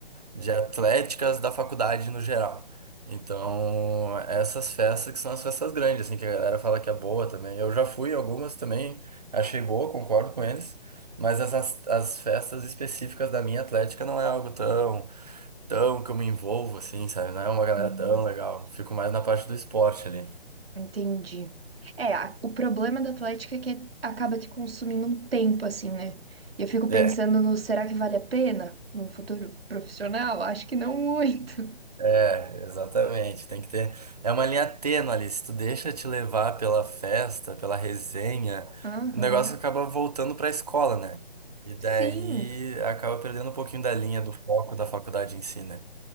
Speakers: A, on the right; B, on the right.
A: de atléticas da faculdade no geral. Então, essas festas que são as festas grandes, assim, que a galera fala que é boa também. Eu já fui em algumas também, achei boa, concordo com eles. Mas as, as as festas específicas da minha atlética não é algo tão tão que eu me envolvo, assim, sabe? Não é uma galera
B: Hum,
A: tão legal. Fico mais na parte do esporte ali.
B: Entendi. É, a- o problema da Atlética é que acaba te consumindo um tempo, assim, né? E eu fico
A: É,
B: pensando no será que vale a pena num futuro profissional? Acho que não muito.
A: é, exatamente. Tem que ter. É uma linha tênue ali. Se tu deixa te levar pela festa, pela resenha,
B: Aham.
A: o negócio acaba voltando pra escola, né? E daí
B: Sim.
A: acaba perdendo um pouquinho da linha do foco da faculdade em si, né?